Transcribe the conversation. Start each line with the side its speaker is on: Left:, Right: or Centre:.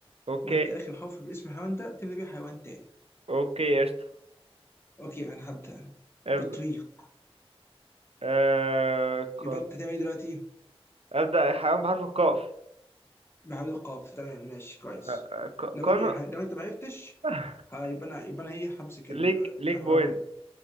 Right: اوكي
Left: وانت اخر حرف في اسم الحيوان ده تبدا بيه حيوان تاني
Right: اوكي قشطه
Left: اوكي انا هبدا انا
Right: ابدا
Left: بالطريق
Right: آه... ك...
Left: يبقى انت تعمل ايه دلوقتي
Right: ابدا حيوان بحرف القاف
Left: محل القاف تمام ماشي كويس
Right: آه... آه، ك...
Left: لو
Right: كانو
Left: انت يعني لو انت ما عرفتش
Right: <laughs>
Left: هيبقى انا يبقى انا ايه همسك
Right: ليك
Left: ال-
Right: ليك
Left: هاخدها
Right: بوينت